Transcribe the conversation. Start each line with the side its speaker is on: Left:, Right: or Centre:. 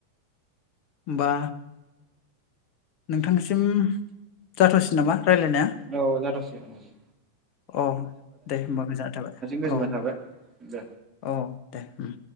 Left: बा। नोंथांसिम जाथावसिन नामा। रायलायनाया
Right: औ-औ जाथ'सिगोन औ।
Left: अ दे होमबा गोजानायथाबाय
Right: गोजोननाय
Left: औ
Right: थाबाय दे
Left: अ दे। उम।